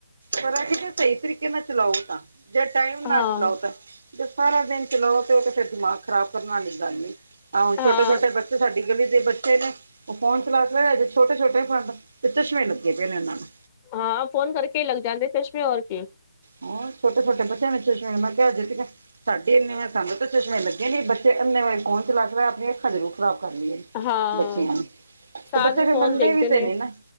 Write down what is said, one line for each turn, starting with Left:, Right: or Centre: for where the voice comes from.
Right: ਪਰ ਇਹ ਕਿ ਤੇ ਸਹੀ ਤਰੀਕੇ ਨਾ ਚਲਾਓ ਤਾਂ ਜੇ ਟਾਈਮ ਨਾ
Left: ਹਾਂ
Right: ਚਲਾਓ ਤਾਂ ਜੇ ਸਾਰਾ ਦਿਨ ਚਲਾਓ ਤੇ ਉਹ ਤੇ ਫੇਰ ਦਿਮਾਗ ਖ਼ਰਾਬ ਕਰਨ ਵਾਲੀ ਗੱਲ ਐ ਆ ਹੁਣ
Left: ਹਾਂ
Right: ਛੋਟੇ-ਛੋਟੇ ਬੱਚੇ ਸਾਡੀ ਗਲੀ ਦੇ ਬੱਚੇ ਨੇ ਉਹ ਫੋਨ ਚਲਾਂਦੇ <unintelligible> ਛੋਟੇ-ਛੋਟੇ ਫੰਡ ਤੇ ਚਸ਼ਮੇ ਲੱਗੇ ਪਏ ਨੇ ਉਹਨਾਂ ਨੂੰ।
Left: ਹਾਂ ਫੋਨ ਕਰਕੇ ਲੱਗ ਜਾਂਦੇ ਚਸ਼ਮੇ ਹੋਰ ਕਿ
Right: ਹੋਰ ਛੋਟੇ-ਛੋਟੇ ਬੱਚਿਆਂ ਨੂੰ ਚਸ਼ਮੇ ਲੱਗੇ <unintelligible> ਸਾਡੇ ਇੰਨੀਂ ਏ ਸਾਨੂੰ ਤਾਂ ਚਸ਼ਮੇ ਲੱਗੇ ਨੀ, ਬੱਚੇ ਅੰਨੇ ਵਾ ਫੋਨ ਚਲਾ-ਚਲਾ ਆਪਣੀ ਅੱਖਾਂ ਜ਼ਰੂਰ ਖਰਾਬ ਕਰ ਲਈਏ।
Left: ਹਾਂ
Right: ਬੱਚਿਆਂ ਨੂੰ
Left: ਸਾਰਾ
Right: ਤੇ ਬੱਚਾ
Left: ਦਿਨ
Right: ਫਿਰ
Left: ਫੋਨ
Right: ਮੰਨਦੇ
Left: ਦੇਖਦੇ
Right: ਵੀ
Left: ਨੇ
Right: ਤੇ ਨੀ ਨਾ